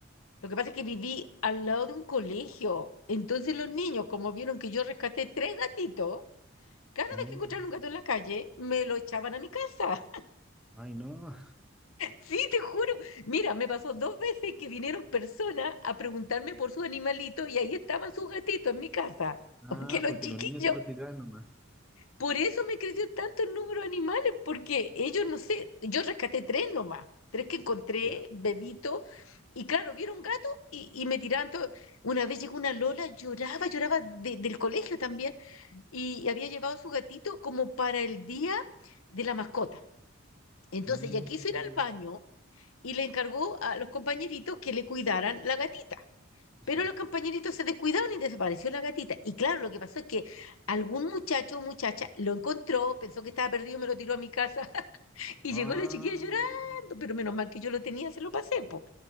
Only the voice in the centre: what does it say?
Mm,
Ay, no.
Ah,
porque
los niños se lo tiraban nomás.
Ya.
Mm,
Y
se le
escapó.
Ah.